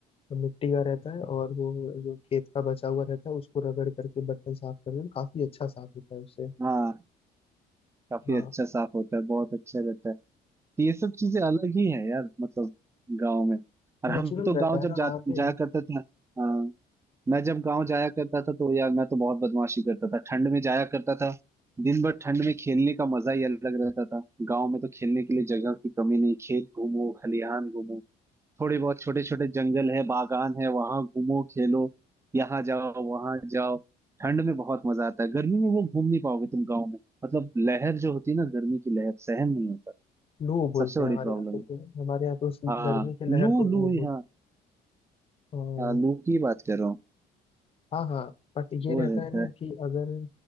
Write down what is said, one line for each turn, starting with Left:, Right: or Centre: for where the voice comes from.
Left: मिट्टी का रहता है और वो जो खेत का बचा हुआ रहता है उसको रगड़ करके बर्तन साफ करते हैं काफी अच्छा साफ होता है उससे
Right: हाँ काफी
Left: हाँ
Right: अच्छा साफ होता है बहुत अच्छा रहता है तो ये सब चीजें अलग ही है यार मतलब गाँव में और हम
Left: नेचुरल
Right: तो
Left: रहता
Right: गाँव
Left: है
Right: जब
Left: ना वहाँ
Right: जा
Left: पे
Right: जाया करते थे हाँ मैं जब गांव जाया करता था तो यार मैं तो बहुत बदमाशी करता था ठंड में जाया करता था दिन भर ठंड में खेलने का मजा ही अलग रहता था गांव में तो खेलने के लिए जगह की कमी नहीं खेत घूमो खलिहान घूमो थोड़े बहुत छोटे छोटे जंगल है बागान है वहां घूमो खेलो यहाँ जाओ वहां जाओ ठंड में बहुत मजा आता है गर्मी में वो घूम नहीं पाओगे तुम गाँव में मतलब लहर जो होती है ना गर्मी की लहर सहन नहीं होता
Left: लू बोलते
Right: सबसे बड़ी
Left: हैं हमारे
Right: प्रॉब्लम
Left: यहाँ पे
Right: है
Left: तो हमारे यहाँ पे उस गर्मी
Right: हाँ
Left: के लहर
Right: लू
Left: को लू
Right: लू यहाँ
Left: बोलते हैं और
Right: हाँ लू की बात कर रहा हूँ
Left: हाँ हाँ बट ये
Right: वो
Left: रहता
Right: रहता
Left: है ना
Right: है
Left: कि अगर